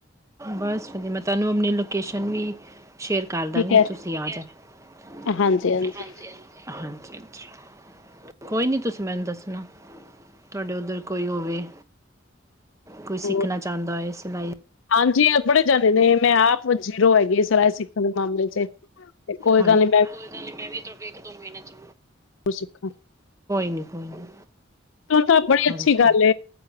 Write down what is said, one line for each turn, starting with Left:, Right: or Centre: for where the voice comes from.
Right: ਬਸ ਵੀ ਮੈਂ ਤੇਨੂੰ ਅਪਣੀ ਲੋਕੇਸ਼ਨ ਵੀ ਸ਼ੇਅਰ ਕਰਦਾਗੀ
Left: ਕੀ ਕਹਿ
Right: ਤੁਸੀਂ ਆ ਜੋ ਹਾਂਜੀ
Left: ਰਹੇ ਹਾਂਜੀ
Right: ਹਾਂਜੀ ਹਾਂਜੀ ਕੋਈ ਨੀ ਤੁਸੀਂ ਮੈਨੂੰ ਦੱਸਣਾ ਤੁਹਾਡੇ ਉਧਰ ਕੋਈ ਹੋਵੇ ਕੋਈ ਸਿੱਖਣਾ
Left: ਹੋਰ
Right: ਚਾਹੁੰਦਾ ਹੋਏ ਬਾਏ
Left: ਹਾਂਜੀ ਐ ਬੜੇ ਜਾਂਦੇ ਨੇ ਮੈਂ ਆਪ ਜੀਰੋ ਹੈਗੀ ਸਿਲਾਈ ਸਿੱਖਣ ਦੇ ਮਾਮਲੇ ਚ ਤੇ ਕੋਈ
Right: ਹਾਂਜੀ
Left: ਗੱਲ ਨੀ
Right: ਕੋਈ ਨੀ ਗੱਲ ਮੈਂ ਵੀ ਇੱਕ ਦੋ ਮਹੀਨੇ ਚ
Left: ਉਹ ਸਿੱਖਾਂ
Right: ਨਹੀਂ ਕੋਈ ਨਹੀਂ
Left: ਤਾਂ ਬੜੀ
Right: ਹਾਂਜੀ
Left: ਅੱਛੀ ਗੱਲ